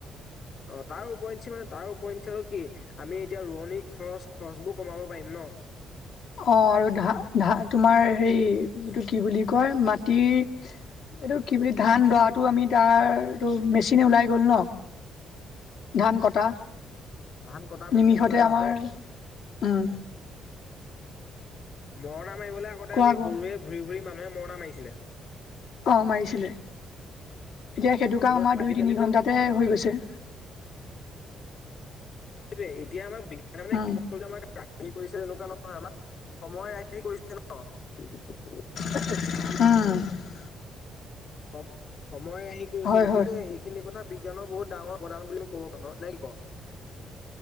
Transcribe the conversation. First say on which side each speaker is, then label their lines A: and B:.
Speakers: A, on the left; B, on the left.
A: অ তাৰ উপৰিঞ্চি মানে তাৰ উপৰিঞ্চি আৰু কি আমি এতিয়া ৰোৱনী খৰচ খৰচবোৰ কমাব পাৰিম ন?
B: অ, আৰু ধা ধা তোমাৰ হেৰি এইটো কি বুলি কয়, মাত এইটো কি বুলি ধান লৰাটো আমি তাৰ এইটো মেচিনে ওলাই গ'ল ন? ধান কটা।
A: ধান-কটা মেচিন
B: নিমিষতে
A: ওলাল
B: আমাৰ
A: আকৌ।
B: উম
A: মৰণা মাৰিবলৈ আগতে
B: কোৱা
A: আমি
B: ক
A: গৰুৱে ঘূৰি-ঘূৰি মানুহে মৰণা মাৰিছিলে।
B: অ, মাৰিছিলে। এতিয়া সেইটো
A: কিন্তু
B: কাম আমাৰ
A: আজিকালিতো
B: দুই তিনি ঘন্টাতে হৈ গৈছে।
A: সেইটোৱে এতিয়া আমাক বিজ্ঞানে
B: উম
A: কি আ কৰিছিল এনেকুৱা নহয় আমাক সময় আহে কৰিছে ন?
B: উম
A: সম- সময় আহি কৰিছে
B: হয়
A: গতিকে
B: হয়
A: এইখিনি কথা বিজ্ঞানৰ বহুত ডাঙৰ অবদান বুলি ক'ব পাৰোঁ নে কি ক?